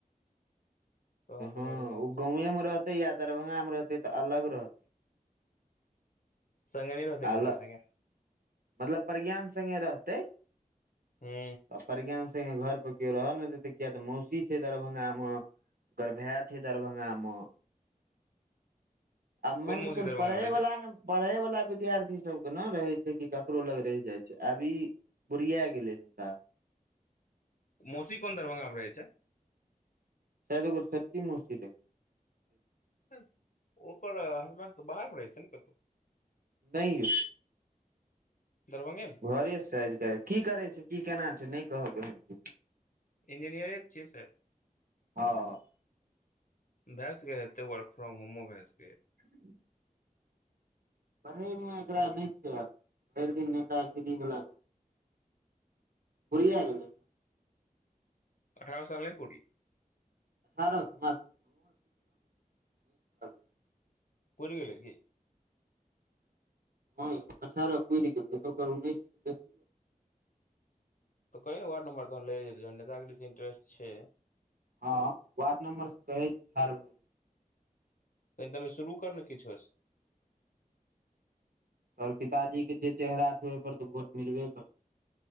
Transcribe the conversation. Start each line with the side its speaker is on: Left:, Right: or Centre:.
Left: तहन
Right: हाँ
Left: तऽ बढ़िया
Right: उ
Left: छै
Right: गाँवएमें रहतै या दरभंगामें रहतै तऽ अलग रहतै
Left: संग ने रहते ककरो
Right: अल
Left: संगे
Right: मतलब प्रज्ञान संगे रहते
Left: हूँ
Right: अफ प्रज्ञान संगें घर पर केओ रहऽ ने दे ते किया तऽ मौसी छै दरभंगा मऽ ओकर भैय छैय दरभंगा मऽ आब मान
Left: कोन मौसी
Right: केे चलू
Left: दरभंगा
Right: परेह
Left: मे रहै
Right: वाला
Left: छै
Right: नऽ परेह वाला विद्यार्थी सब केना रहे छै कि ककरो लग रेह जायत छै आब ई बुरिया गेलै हन साफ
Left: मौसी कोन दरभंगा में रहै छैय।
Right: साद ओकर छोटकी मौसी छै।
Left: हाँ ओकर हसबैंड तऽ बाहर में रहै छैय नऽ कतौ।
Right: नहि यौ
Left: दरभंगे में
Right: घरे साइज के की करै छै की केना छै ने कहब ओहांँ के
Left: इंजीनियर तऽ छियै शायद।
Right: हँ
Left: भाएसके हेते वर्क फ्रॉम होमो भाए सके या
Right: हूंँ हूँ हूं पढ़े मे एकरा ने छ भेरदिन नेता गिरी वला बढ़िया गले
Left: अठारह साल ने पुर
Right: आरह र्ज कर <inaudible> कल
Left: पुर गेलैकी
Right: हाँ यों अठारह पुर गेलै ओकर उन्नैस। सँ बेसी
Left: त कहेन वार्ड नंबर तानलै या जे नेतागिरी से इंटरेस्ट छै
Right: हाँ वार्ड नम्बर से कहे छै ठार भेलिये
Left: तेनटा मे शुरू कर ने किछौ से
Right: तौहर पिताजी के जे चेहरा छै ओहि पर तऽ वोट मिलबे करतै